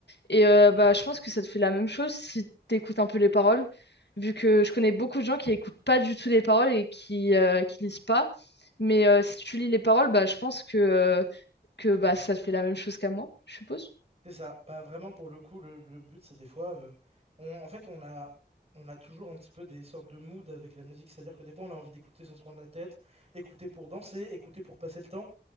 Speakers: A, on the left; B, on the right.
A: et euh, bah, je pense que ça te fait la même chose si t'écoutes un peu les paroles, vu que je connais beaucoup de gens qui écoutent pas du tout les paroles et qui, euh, qui lisent pas. Mais euh, si tu lis les paroles, bah, je pense que, euh, que bah, ça te fait la même chose qu'à moi, je suppose.
B: C'est ça. Pas vraiment pour le coup, le, le but, c'est des fois, euh, on- en fait, on a, on a toujours un petit peu des sortes de moods avec la musique, c'est-à-dire que des fois, on a envie d'écouter sans se prendre la tête, écouter pour danser, écouter pour passer le temps,